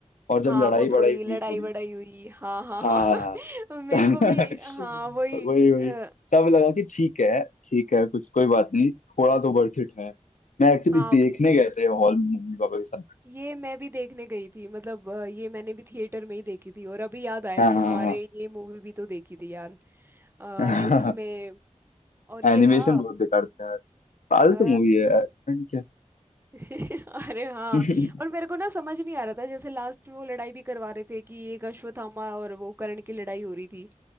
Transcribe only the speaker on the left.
और जब
लड़ाई
बड़ाई
हुई
थोड़ी
हाँ
<laughs> वही
वही
तब लगा कि ठीक है ठीक है कुछ कोई बात नहीं थोड़ा तो वर्थ इट है मैं एक्चुअली
देखने गए थे हॉल में मम्मी पापा के साथ
हाँ
हाँ
हाँ
<laughs>
एनिमेशन
बहुत बेकार था फालतू
मूवी है यार पता नहीं क्या
<laughs>